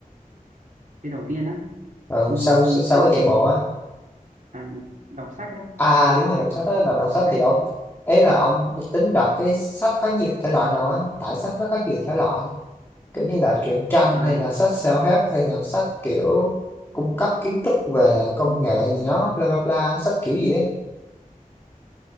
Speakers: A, on the right (about 65°); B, on the left (about 15°).
A: cái đầu tiên á
B: ừ,
A: ừ,
B: sao sao sao
A: không
B: có chạy bộ á
A: à, đọc sách á
B: à à, đúng rồi đọc sách á đọc, đọc
A: đọc
B: sách
A: sách
B: thì
A: á
B: ông ấy là ông tính đọc cái sách có nhiều thể loại nào á tại sách nó có nhiều thể loại kiểu như là truyện tranh
A: à,
B: hay là sách self-help hay là sách kiểu cung cấp kiến thức về công
A: ừ,
B: nghệ gì đó bla bla bla sách kiểu gì á